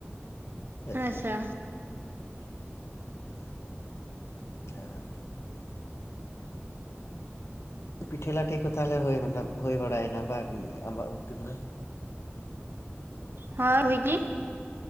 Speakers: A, on the left; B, on the right.
A: ᱦᱮᱸ ᱥᱮ᱾
B: ᱟᱪᱪᱷᱟ
A: <unintelligible> ᱯᱤᱴᱷᱟᱹ ᱞᱟᱴᱷᱤᱠ ᱠᱚ ᱛᱟᱦᱚᱞᱮ ᱦᱩᱭ ᱵᱟᱲᱟᱭᱮᱱᱟ ᱵᱟᱝ ᱟᱢᱵᱛᱤᱟ ᱨᱮ ᱫᱚ ᱾
B: ᱦᱳᱭ ᱦᱩᱭ ᱜᱮ